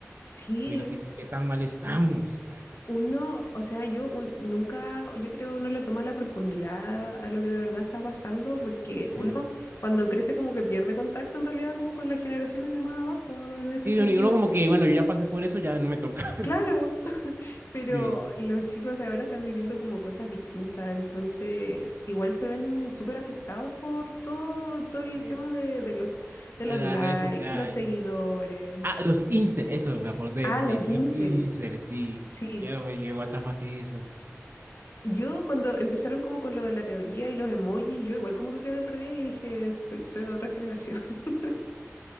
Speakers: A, on the left (about 60°); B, on the right (about 45°).
A: sí,
B: uy, no, ¿qué, qué tan mal estamos?
A: Uno, o sea, yo un- nunca, yo creo, no le toma la profundidad a lo que de verdad está pasando, porque
B: Sí.
A: uno cuando crece como que pierde contacto en realidad como con las generaciones de más abajo, en ese
B: Sí,
A: sentido.
B: y uno como que, bueno, yo ya pasé por eso, ya no me toca. <laughs>
A: Claro, <laughs> pero
B: Sí.
A: los chicos de ahora están viviendo como cosas distintas, entonces igual se ven súper afectados por todo, todo el
B: sí.
A: tema de, de los, de
B: En
A: los likes,
B: las redes sociales.
A: los seguidores.
B: Ah, los inserts, eso me acordé,
A: Ah,
B: eh,
A: los
B: le hicieron
A: incels.
B: inserts, sí.
A: Sí.
B: ¿Qué, oye, what the fuck, ¿qué es eso?
A: Yo cuando empezaron como con lo de la teoría y los emojis, yo igual como que quedé perdida y dije, soy, soy de otra generación. <laughs>